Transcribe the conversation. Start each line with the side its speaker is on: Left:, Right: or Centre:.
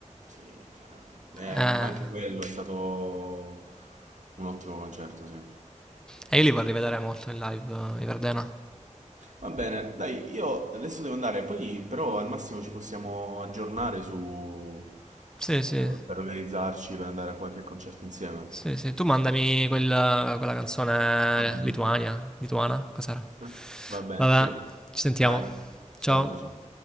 Right: sì, cioè,
Centre: Eh,
Right: eh, ma anche quello è stato un ottimo concerto, sì.
Centre: e io li vorrei vedere molto in live, eh, i Verdena.
Right: Va bene, dai, io adesso devo andare, poi però al massimo ci possiamo aggiornare su,
Centre: Sì, sì.
Right: eh, per organizzarci, per andare a qualche concerto insieme.
Centre: Sì, sì, tu mandami quel- quella canzone
Right: va bene.
Centre: Lituania, lituana, cos'era?
Right: Eh, Va bene,
Centre: Vabbè,
Right: sì.
Centre: ci sentiamo.
Right: Dai, ciao
Centre: Ciao.
Right: ciao ciao.